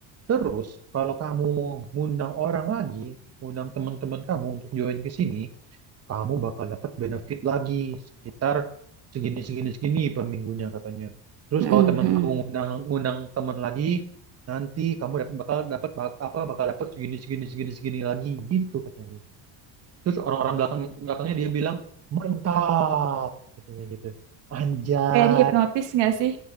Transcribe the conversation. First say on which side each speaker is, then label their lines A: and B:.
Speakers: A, on the right; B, on the right.
A: Terus, kalau kamu ngundang orang lagi, ngundang teman-teman kamu untuk join ke sini, kamu bakal dapat benefit lagi sekitar segini segini segini per minggunya katanya. Terus
B: Mm-mm.
A: kalau teman
B: Mm-mm.
A: kamu ngundang ngundang teman lagi, nanti kamu dapat bakal dapat bak- apa bakal dapat segini segini segini segini lagi gitu katanya. Terus orang-orang belakang belakangnya dia bilang mantap katanya gitu. Anjay,
B: Kayak dihipnotis nggak sih?